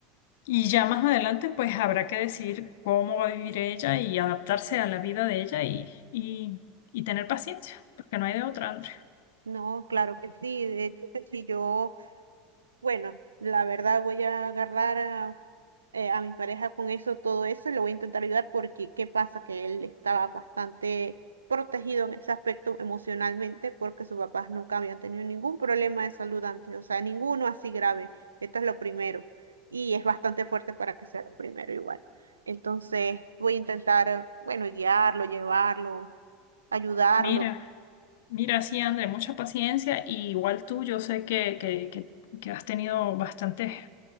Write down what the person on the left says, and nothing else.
Y ya más adelante, pues habrá que decidir cómo va a vivir ella y adaptarse a la vida de ella y, y, y tener paciencia, porque no hay de otra, André.
Mira, mira, sí, André, mucha paciencia y igual tú, yo sé que, que, que, que has tenido bastantes